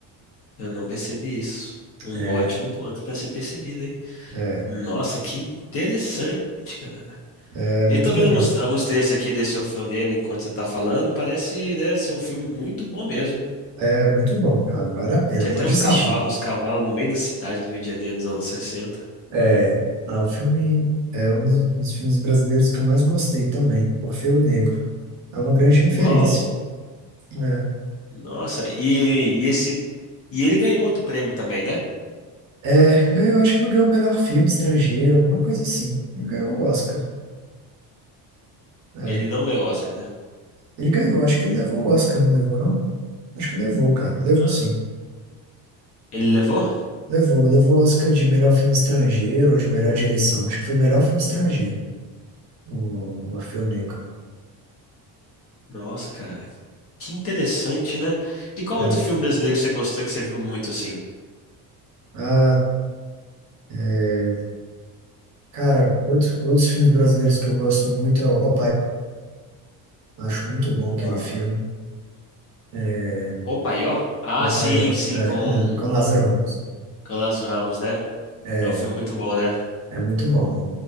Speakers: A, on the left; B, on the right.
A: eu não percebi isso. Um
B: É,
A: ótimo ponto pra ser percebido, hein?
B: é.
A: Nossa, que interessante, cara.
B: É
A: Eu
B: muito
A: tô vendo
B: legal.
A: alguns, alguns trechos aqui desse Orfeu Negro enquanto você tá falando. Parece, né, ser um filme muito bom mesmo.
B: É muito bom, cara. Vale a pena.
A: Tinha
B: Pode
A: até uns
B: assistir.
A: cavalos, uns cavalos no meio da cidade do Rio de Janeiro dos anos sessenta.
B: É, ah, o filme é um dos dos filmes brasileiros que eu mais gostei também, Orfeu Negro. É uma grande
A: Uau!
B: referência. É,
A: Nossa, e, e esse. E ele ganhou outro prêmio também, né?
B: é, ganhou, acho que ele ganhou o melhor filme estrangeiro, alguma coisa assim. Ele ganhou o Oscar. É.
A: Ele não ganhou Oscar, né?
B: Ele ganhou, acho que ele levou o Oscar, não levou, não? Acho que levou, cara. Levou
A: Ah.
B: sim.
A: Ele levou?
B: Levou, levou o Oscar de melhor filme estrangeiro ou de melhor direção. Acho que foi melhor filme estrangeiro, o Orfeu Negro.
A: Nossa, cara, que interessante, né? E qual
B: É.
A: outro filme brasileiro que você gostou que você viu muito assim?
B: Ah, é. Cara, outros, outros filmes brasileiros que eu gosto muito é o O acho muito bom aquele
A: Ah.
B: filme. É,
A: O Paió? Ah,
B: O Paiô,
A: sim, sim,
B: é, <laughs>
A: com,
B: com Lázaro Ramos.
A: com o Lázaro Ramos, né?
B: É,
A: É um filme muito bom, né?
B: é muito bom.